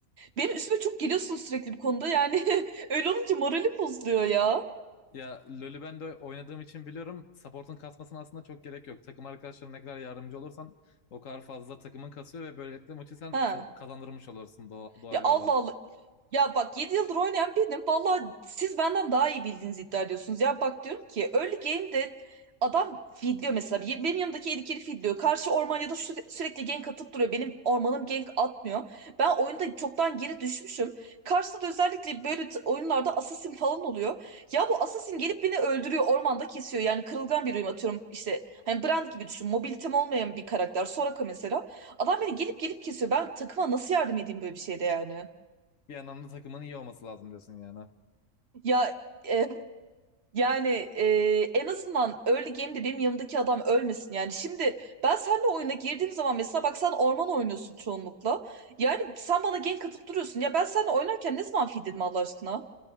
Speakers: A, on the right; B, on the left.
A: benim üstüme çok geliyorsun sürekli bu konuda. Yani <laughs> öyle olunca moralim bozuluyor ya.
B: Ya LoL'ü ben de oynadığım için biliyorum support'un kasmasına aslında çok gerek yok. Takım arkadaşlarına ne kadar yardımcı olursan o kadar fazla takımın kasıyor ve böylelikle maçı sen
A: Ha.
B: ka- kazandırmış olursun doğa- doğal
A: Ya Allah
B: olan.
A: Allah. Ya bak 7 yıldır oynayan benim. Valla siz benden daha iyi bildiğinizi iddia ediyorsunuz. Ya bak diyorum ki early game'de adam feedliyor mesela. Bir- Benim yanımdaki eli kiri feedliyor. Karşı orman ya da süre- sürekli gank atıp duruyor. Benim ormanım gank atmıyor. Ben oyunda çoktan geri düşmüşüm. Karşıda da özellikle böyle t- oyunlarda assassin falan oluyor. Ya bu assassin gelip beni öldürüyor. Ormanda kesiyor. Yani kırılgan bir uyum atıyorum. İşte hani Brand gibi düşün. Mobilitem olmayan bir karakter. Soraka mesela. Adam beni gelip gelip kesiyor. Ben takıma nasıl yardım edeyim böyle bir şeyde yani?
B: Bir yandan da takımın iyi olması lazım diyorsun yani.
A: Ya e, yani e, en azından early game'de benim yanımdaki adam ölmesin yani. Şimdi ben seninle oyuna girdiğim zaman mesela bak sen orman oynuyorsun çoğunlukla. Yani sen bana gank atıp duruyorsun. Ya ben seninle oynarken ne zaman feed dedim Allah aşkına?